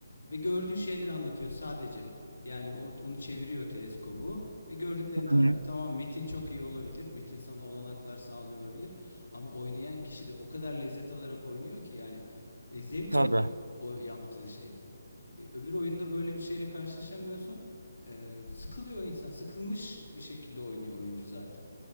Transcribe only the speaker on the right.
hı
hı.
Tabii,